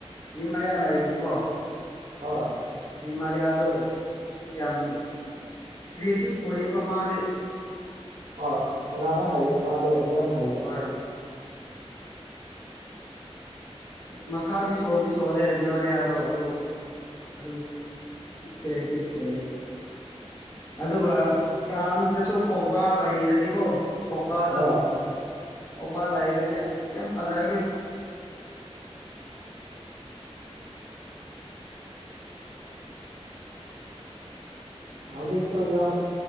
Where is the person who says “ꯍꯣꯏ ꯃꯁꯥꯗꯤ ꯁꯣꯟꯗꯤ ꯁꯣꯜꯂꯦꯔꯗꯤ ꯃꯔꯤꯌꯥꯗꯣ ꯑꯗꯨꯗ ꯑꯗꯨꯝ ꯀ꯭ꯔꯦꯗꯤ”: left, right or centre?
Left